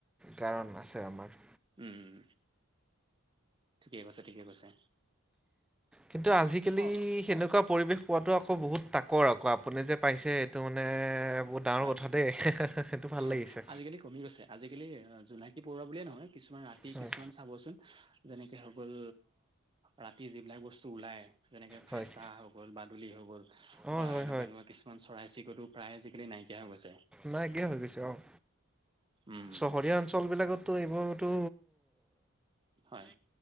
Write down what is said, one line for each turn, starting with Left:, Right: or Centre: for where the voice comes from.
Centre: কাৰণ আছে আমাৰ।
Right: উম, ঠিকে কৈছে ঠিকে কৈছে।
Centre: কিন্তু আজিকালি
Right: অ
Centre: সেনেকুৱা পৰিৱেশ পোৱাতটো আকৌ বহুত তাকৰ আকৌ, আপুনি যে পাইছে এইটো মানে বহুত ডাঙৰ
Right: হয়।
Centre: কথা দেই সেইটো ভাল
Right: অ'হ।
Centre: লাগিছে
Right: আজিকালি কমি গৈছে আজিকালি জোনাকী পৰুৱা বুলিয়ে নহয়, কিছুমান ৰাতি
Centre: হয়
Right: কিছুমান চাবচোন যেনেকে হৈ গ'ল ৰাতি যিবিলাক বস্তু ওলাই যেনেকে ফেঁচা
Centre: হয়
Right: হৈ গ'ল বাদুলি হ ল,
Centre: অ
Right: বা
Centre: হয়
Right: এনেকুৱা এনেকুৱা কিছুমান চৰাই চিৰিকতিও প্ৰায় আজিকালি নাইকিয়া হৈ গৈছে
Centre: নাই কিয়া হৈ গৈছে অ'
Right: উম
Centre: চহৰীয়া অঞ্চল বিলাকত তো এইবোৰতো
Right: হয়।